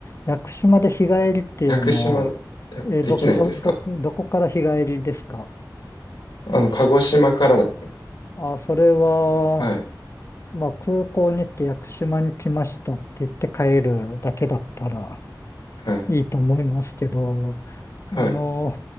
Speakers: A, on the left; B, on the left.
A: 屋久島で日帰りっていうのは、
B: 屋久島、いやできないんですか
A: えーどこ、ど、ど、どこから日帰りですか
B: あの、鹿児島からだっ
A: あ、それは、
B: た。はい、
A: まあ、空港に行って屋久島に来ましたって言って帰るだけだったら
B: はい、
A: いいと思いますけど、
B: はい。
A: あの、